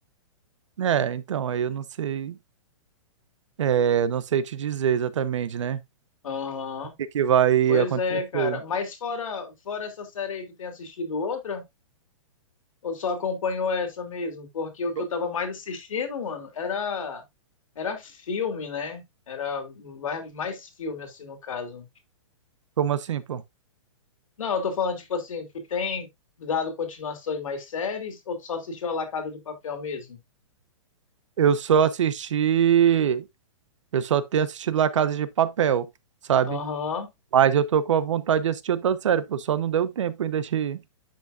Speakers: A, on the right (about 65°); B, on the left (about 80°).
A: É, então, aí eu não sei, é, não sei te dizer exatamente, né?
B: Aham.
A: O que que vai
B: Pois
A: acontecer.
B: é, cara. Mas fora, fora essa série aí, tu tem assistido outra? Ou só acompanhou essa mesmo? Porque o
A: Co-
B: que eu tava mais assistindo, mano, era, era filme, né? Era mais mais filme, assim, no caso.
A: Como assim, pô?
B: Não, eu tô falando, tipo assim, tu tem dado continuação em mais séries ou tu só assistiu a La Casa de Papel mesmo?
A: Eu só assisti, eu só tenho assistido La Casa de Papel, sabe?
B: Aham,
A: Mas eu tô com a vontade de assistir outra série, pô, só não deu tempo ainda de,